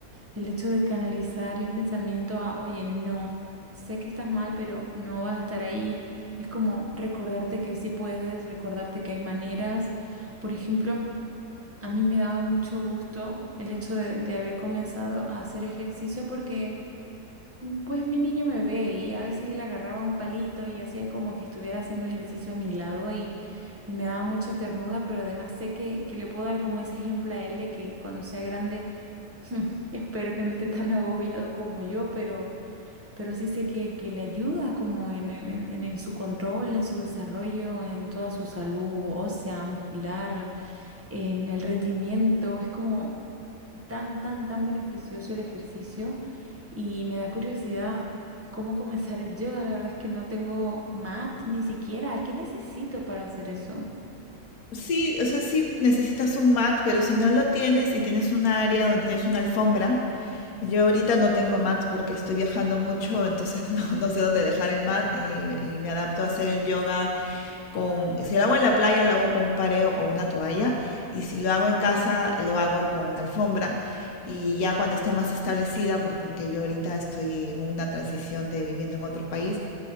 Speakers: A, on the right; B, on the left.
A: el hecho de canalizar el pensamiento a, oye, no, sé que estás mal, pero no vas a estar ahí. Es como recordarte que sí puedes, recordarte que hay maneras. Por ejemplo, a mí me daba mucho gusto el hecho de, de haber comenzado a hacer ejercicio porque, pues, mi niño me ve y a veces él agarraba un palito y hacía como que estuviera haciendo ejercicio a mi lado y, y me daba mucha ternura, pero además sé que, que le puedo dar como ese ejemplo a él de que cuando sea grande <laughs> Espero que no esté tan agobiado como yo, pero, pero sí sé que, que le ayuda como en, el- en, en- en su control, en su desarrollo, en toda su salud ósea, muscular, en el rendimiento. Es como tan, tan, tan beneficioso el ejercicio y me da curiosidad cómo comenzar el yoga. La verdad es que no tengo mat ni siquiera. ¿Qué necesito para hacer eso?
B: Sí, o sea, sí necesitas un mat, pero si no lo tienes, si tienes un área donde tienes una alfombra, yo ahorita no tengo mat porque estoy viajando mucho, entonces <laughs> no, no sé dónde dejar el mat eh, y me adapto a hacer el yoga con, si lo hago en la playa, lo hago con un pareo o una toalla, y si lo hago en casa, lo hago con una alfombra. Y ya cuando esté más establecida, pues porque yo ahorita estoy en una transición de viviendo en otro país,